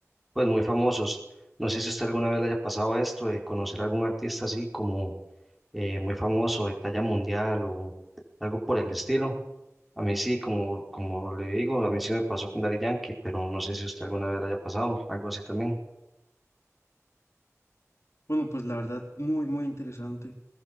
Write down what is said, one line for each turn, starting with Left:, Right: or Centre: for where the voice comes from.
Centre: pues, muy famosos. No sé si usted alguna vez le haya pasado esto de conocer a algún artista así como eh, muy famoso, de talla mundial o algo por el estilo. A mí sí, como, como le digo, a mí sí me pasó con Daddy Yankee, pero no sé si usted alguna vez le haya pasado algo así también.
Left: Bueno, pues la verdad, muy, muy interesante,